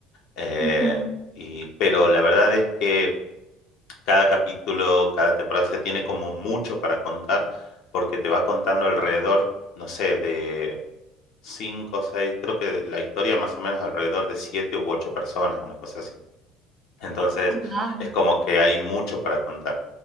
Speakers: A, on the left; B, on the right.
A: eh,
B: Ujú.
A: y, pero la verdad es que cada capítulo, cada temporada se tiene como mucho para contar, porque te va contando alrededor. No sé, de cinco, seis, creo que la historia más o menos alrededor de siete u ocho personas, una cosa así. Entonces,
B: Ah, Wow.
A: es como que hay mucho para contar.